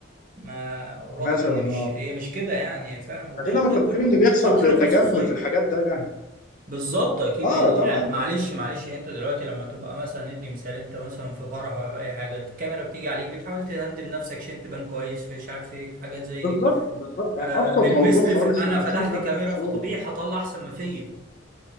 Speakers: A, on the right (about 40°); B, on the left (about 40°).
A: ما رغم
B: مثلا
A: ان مش
B: اه
A: هي مش كده يعني فعلا وغير
B: خلينا متفقين
A: ده كله
B: ان بيحصل
A: فتح الخصوصيه
B: تجمل في الحاجات ده يعني
A: بالظبط اكيد
B: اه
A: يعني,
B: طبعا
A: يعني معلش معلش انت دلوقتي لما تبقى مثلا ندي مثال انت مثلا في فرح ولا في اي حاجه الكاميرا بتيجي عليك بتحاول تهندم نفسك شنت بان كويس مش عارف ايه حاجات زي
B: بالظبط
A: دي
B: بالظبط
A: آه،
B: ابسط
A: بالمثل
B: موضوع خالص
A: في... انا
B: لما
A: فتحت
B: تيجي تنزل
A: كاميرا
B: صورة
A: فطبيعي هطلع احسن ما فيا